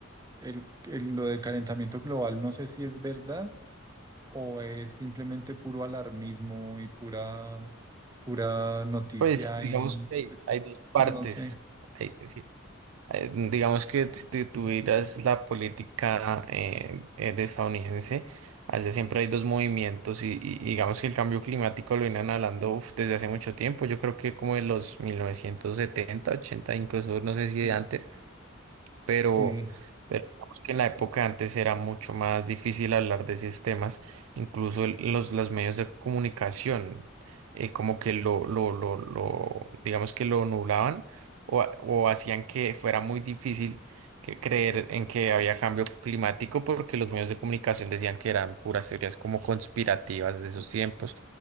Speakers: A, on the right (about 20°); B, on the right (about 85°).
A: el, el- lo del calentamiento global, no sé si es verdad o es simplemente puro alarmismo y pura, pura noticia
B: Pues digamos
A: y
B: que hay,
A: pues
B: hay dos partes.
A: no sé.
B: Hay- sí, eh, digamos que si tú tuvieras la política eh, eh, de estadounidense, allá siempre hay dos movimientos y, y digamos que el cambio climático lo vienen hablando uf, desde hace mucho tiempo, yo creo que como en los 1970, 80, incluso no sé si de
A: eh,
B: antes pero,
A: Sí,
B: pero digamos que en la época antes era mucho más difícil hablar de esos temas, incluso el- los, los medios de comunicación, eh, como que lo, lo, lo, lo, digamos que lo nublaban o, ha- o hacían que fuera muy difícil que creer en que había cambio climático porque los medios de comunicación decían que eran puras teorías como conspirativas de esos tiempos,